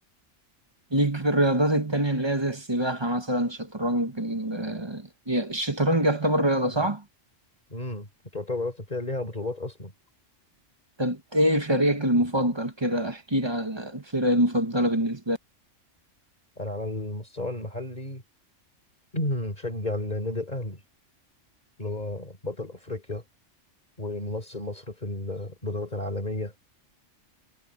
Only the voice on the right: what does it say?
ليك في الرياضات التانية اللي هي زي السباحة مثلا شطرنج ال... يا- الشطرنج يعتبر رياضة
صح؟
طب إيه فريقك المفضل كده؟ احكي لي عن الفرق المفضلة بالنسبة لك،